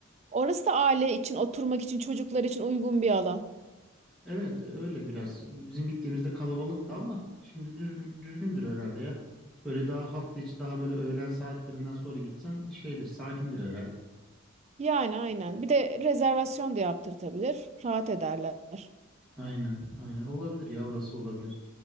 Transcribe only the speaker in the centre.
Evet öyle biraz. Bizim gittiğimizde kalabalıktı ama şimdi düzgün, düzgündür herhalde ya. Böyle daha hafta içi daha böyle öğlen saatlerinden sonra gitsen şeydir sakindir herhalde.
Aynen aynen olabilir ya orası olabilir.